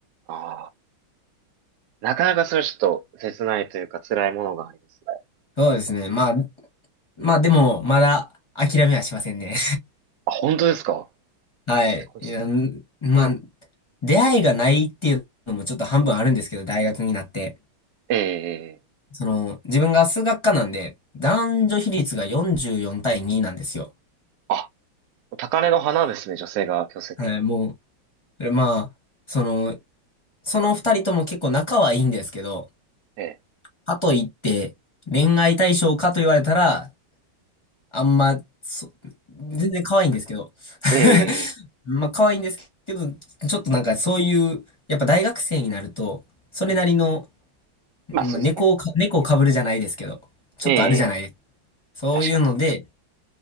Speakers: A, on the right; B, on the left.
A: ああ。なかなかそれはちょっと切ないというか辛いものがありますね。
B: そうですね。まあ、まあ、でも、まだ、諦めはしませんね。
A: あ、本当ですか
B: はい。
A: すごいですね。
B: いや、んまあ、出会いがないっていうのもちょっと半分あるんですけど、大学になって。
A: ええ
B: その、自分が数学科なんで、男女比率が44対2なんですよ。
A: あ、高嶺の花ですね、女性が強制的に。
B: はい、もう、まあ、その、その二人とも結構仲はいいんですけど、
A: え
B: かといって、恋愛対象かと言われたら、あんま、そ、全然可愛いんですけど。
A: えええ
B: <laughs> まあ、可愛いんですけど、ちょっとなんかそういう、やっぱ大学生になると、それなりの、
A: うんうん。
B: まあ、
A: まあそうですね。
B: 猫をか、猫をかぶるじゃないですけど、ちょっとあるじゃないですか。
A: えええ
B: そういうので、
A: 確かに。